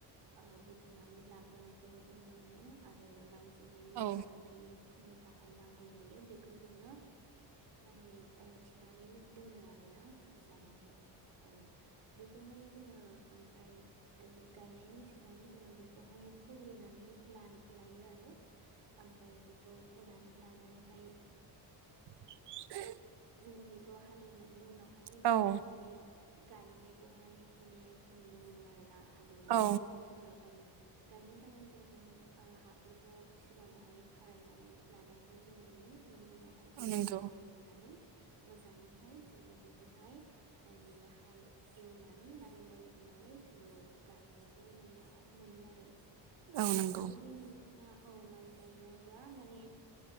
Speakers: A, on the right; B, on the right.
A: ओ बुथुमनानै लाग्रोनायखौ नुनो मोनो। आरो माइ जोलै
B: औ
A: जेबायदि फोनो थाखाय नांगौ जायो बेखौ जोङो माने ओ थिनानै दोनो आरोना मोजाङैहाय औ बेखौहाय जोङो ओमफ्राय ओ गायनायनि सिगां जोङो बेखौहाय फोग्रो नानै लाना लायो आरो ओमफ्राय बेखौ फोनानै लानानैहाय
B: <inaudible>
A: जोङो बेखौ हालेवनायनि उनावहाय
B: औ
A: जोङो माने गायनायखौहाय माने नुनो मोनो आरो आ हालेवनानै
B: औ
A: बेखौ जोङो गाय गायनो थाखाय जोङो हाफोरखौ सिगाङावहाय खारायनानै लानायखौ जोङो नुयो बिनि उनावहाय जोङो
B: औ नंगौ
A: सामोर होनानै मोजाङैहाय जोङो बेखौहाय माने हाल एवनानै माने मै होनानै थोङो गायनायखौ नुनो मोनो आरो आमफाय
B: औ नंगौ
A: जुदि नोंथाङा औ माइ गायनोबा माने